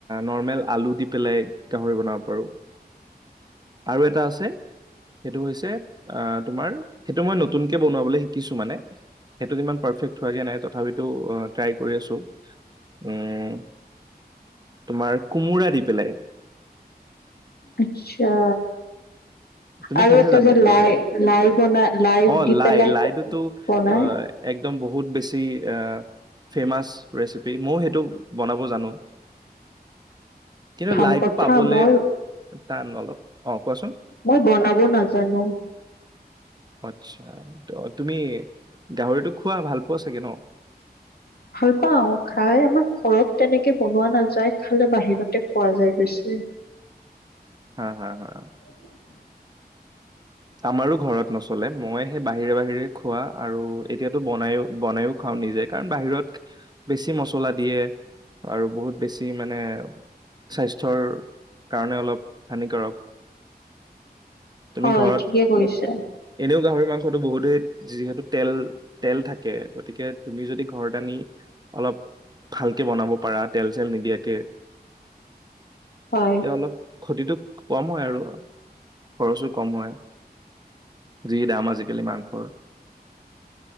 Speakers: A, on the right; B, on the left.
A: নৰ্মেল আলু দি পেলাই গাহৰি বনাও পাৰো, আৰু এটা আছে সেটো হৈছে আঁহ ', তোমাৰ সেটো মই নতুনকে বনাবলে শিকিছো মানে সেইটোত ইমান পাৰ্ফেক্ট হুৱাগে নাই তথাপিতো অ', ট্ৰাই কৰি আছোঁ। উম ', তোমাৰ কোমোৰা দি বেলেগ
B: আচ্ছা',
A: তুমি
B: আৰু
A: খাইছা
B: এটা
A: জানো
B: যে
A: কোমোৰ
B: লাই
A: এদিন
B: লাই বনাই লাই
A: অ'
B: দি
A: লাই
B: পেলাই
A: লাইটোতো
B: বনাই
A: অ' একদম বহুত বেছি এ ফেমাছ ৰেচিপি ময়ো সেইটো বনাব জানো। কিন্তু
B: ভাল
A: লাইটো
B: কথা
A: পাবলৈ
B: মই
A: টান অলপ। অ' কোৱাচোন?
B: মই বনাব নাজানো।
A: আচ্ছা' তুমি গাহৰিটো খোৱা ভাল পোৱা চাগে ন?
B: ভাল পাওঁ খাই আমাৰ ঘৰত তেনেকে বনোৱা নাযায় খালে বাহিৰতে খোৱা যায় বেছি।
A: হা-হা-হা,
B: উ, <unintelligible>
A: আমাৰো ঘৰত নচলে, মই সেই বাহিৰে-বাহিৰে খোৱা আৰু এতিয়াতো বনাইও- বনাইও খাওঁ নিজে কাৰণ বাহিৰত বেছি মছলা দিয়ে আৰু বহুত বেছি মানে স্বাস্থ্যৰ কাৰণে অলপ হানিকাৰক। তুমি
B: হয়
A: ঘৰত
B: ঠিকে কৈ কৰিছা।
A: এনেও গাহৰি মাংসটো বহুতেই যিহেতু তেল-তেল থাকে গতিকে তুমি যদি ঘৰত আনি অলপ ভালকে বনাব পাৰা তেল চেল নিদিয়াকে,
B: হয়
A: এতি অলপ ক্ষতিটো কম হয় আৰু খৰচো কম হয়। যি দাম আজিকালি মাংসৰ,